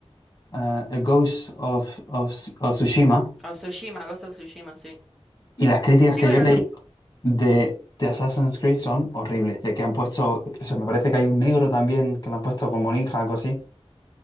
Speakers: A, on the left; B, in the centre.
A: eh, A Ghost of, of, of Tsushima.
B: O Tsushima, Ghost of Tsushima, sí.
A: Y las críticas
B: Sí,
A: que
B: bueno,
A: yo leí
B: no,
A: de, de Assassin's Creed son horribles. De que han puesto, eso me parece que hay un negro también que lo han puesto como ninja, algo así,